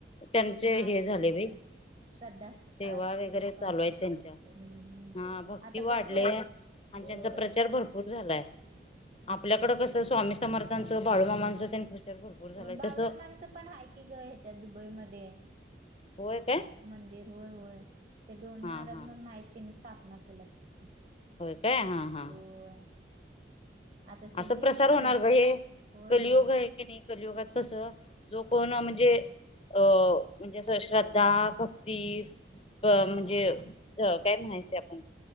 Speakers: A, on the left; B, on the right.
A: त्यांचे
B: माय
A: हे झाले
B: होय
A: बई.
B: होय
A: सेवा
B: श्रद्धा आहे
A: वगैरे
B: लोकांची
A: चालू आहे त्यांच्या हा
B: हम्म हम्म
A: भक्ती
B: आता
A: वाढले.
B: बघकी
A: आणि
B: होय
A: त्यांचा प्रचार भरपूर झालाय.
B: हम्म
A: आपल्याकडं कसं स्वामी समर्थांचं बाळूमामांच त्यांनी प्रचार भरपूर झालाय
B: बाळूमामांचं
A: तसं.
B: पण ह त्या दुबईमध्ये आहे.
A: होय काय?
B: मंदिर होय होय ते डोनी
A: हा
B: महाराज
A: हा
B: म्हणून आहेत तिनी स्थापना केली त्याची
A: होय काय हा हा.
B: होय आता सगळी
A: असं प्रसार
B: आता
A: होणार गं हे
B: होय
A: कलयुग
B: होय
A: आहे. कणी कलयुगात कसं जो कोण म्हणजे अ म्हणजें अस श्रद्धा भक्ती क म्हणजे काय म्हणायचं ते आपण